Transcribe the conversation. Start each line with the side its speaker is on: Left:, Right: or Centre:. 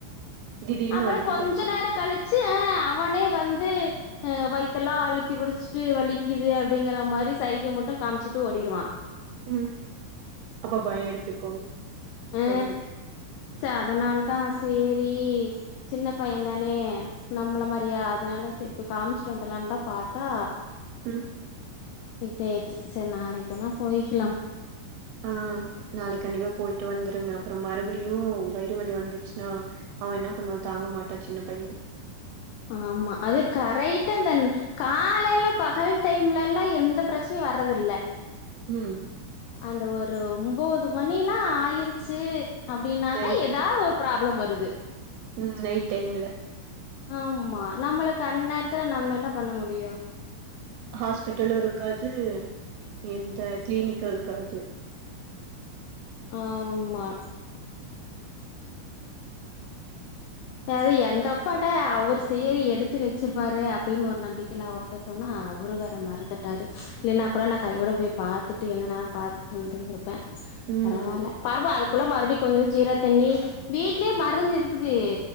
Right: திடீர்னு
Left: அப்பற
Right: வலிக்குதுன்னு
Left: கொஞ்ச
Right: சொல்லு
Left: நேர கழிச்சு ஆ அவனே வந்து அ வயத்தெல்லா அழுத்தி புடிச்சிட்டு வலிக்குது அப்டிங்கிற மாரி சைகை மட்டு காமிச்சுட்டு ஓடிருடுவா
Right: ம் அப்ப பயோ எடுத்துக்கு
Left: ஆ
Right: அவங்களுக்கு
Left: ச அதனால தா சேரி சின்ன பையன் தானே நம்மள மாரியா அதனால செரி போய் காமிச்சிட்டு வந்தரலானு தா பாத்தா
Right: ம்
Left: இருட்டயச்சு செரி நாளைக்குனா போயிக்கலா
Right: ஆ நாளைக்கி கண்டிப்பா போயிட்டு வந்துருங்க அப்புற மறுபடியு வயிறு வலி வந்து ச்சுன்னா அவ என்ன பண்ணுவா தாங்க மாட்டா சின்ன பைய
Left: ஆமா அது கரெக்டா அந்த காலையில பகல் டைம்ல எல்லா எந்த பிரச்சனையு வர்றதில்ல
Right: ம்
Left: அந்த ஒரு ஒம்போது மணில்லா ஆயிருச்சு அப்டின்னாதா
Right: நைட்
Left: ஏதாவது ஒரு ப்ராப்ளம் வருது
Right: ம் நைட் டைம்ல
Left: ஆமா நம்மளுக்கு அந்நேரத்துல நம்ம என்ன பண்ண முடியு
Right: ஹாஸ்பிட்டலு இருக்காது இந்த கிளினிக்கு இருக்காது
Left: ஆமா அதே எங்க அப்பாட்ட அவுர் சேரி எடுத்து வச்சிருப்பாரு அப்டின்னு ஒரு நம்பிக்கையில அவர்ட்ட சொன்னா அவரு வேற மறந்துட்டாரு இல்லனா கூட நா கையோட போய் பாத்துட்டு என்னன்னா பாத்துட்டு வந்துருந்திருப்ப
Right: ம்
Left: பரவால்ல பர்வா அதுக்குள்ள மறுபடி கொஞ்ச ஜீரா தண்ணி வீட்லயே மருந்து இருக்குது